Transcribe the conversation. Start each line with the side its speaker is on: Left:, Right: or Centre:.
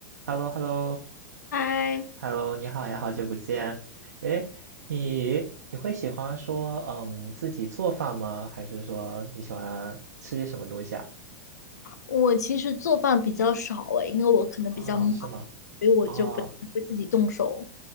Right: h e l l o h e l l o
Left: 嗨，
Right: h e l l o 你好呀，好久不见。哎，你你会喜欢说嗯自己做饭吗？还是说你喜欢吃些什么东西啊？
Left: 我其实做饭比较少诶，因为我可能比较忙，
Right: 啊，是吗？
Left: 所以我就不太会自己动手。
Right: 哦